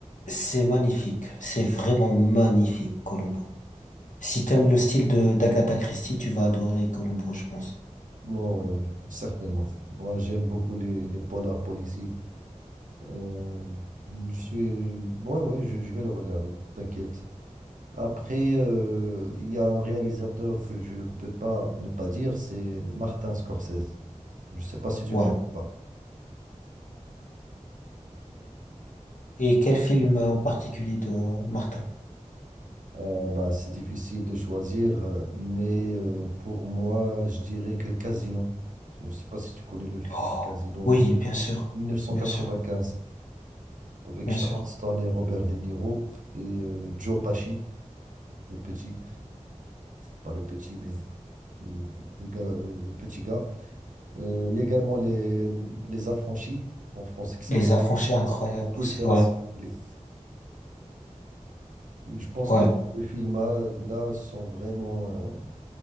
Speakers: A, on the left (about 75°); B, on the right (about 90°).
A: C'est magnifique, c'est vraiment magnifique, Colombo. Si t'aimes le style de d'Agatha Christie, tu vas adorer Colombo, je pense.
B: Non, ouais, ouais, certainement. Moi, j'aime beaucoup les, les polars policiers. Euh, je suis... Ouais, ouais, je, je vais le regarder, t'inquiète. Après, euh, il y a un réalisateur que je ne peux pas ne pas dire, c'est Martin Scorsese. Je ne sais pas si tu
A: Ouais.
B: connais pas.
A: Et quel film en particulier de Martin?
B: Euh, bah, c'est difficile de choisir, euh, mais euh, pour moi, je dirais que Casino. Je ne sais pas si tu connais le film
A: Oh,
B: Casino
A: oui,
B: 19-
A: bien sûr,
B: 1995
A: bien sûr,
B: avec
A: bien
B: Sharon
A: sûr.
B: Stone et Robert De Niro et euh, Joe Pesci, le petit, pas le petit, mais le, le gars, le, le petit gars. Euh, il y a également les, les Affranchis en français qui s'appelle
A: Les Affranchis, incroyables,
B: Goodfellas.
A: aussi. Ouais,
B: Les- Je pense
A: ouais.
B: que ces deux films-là là, sont vraiment euh,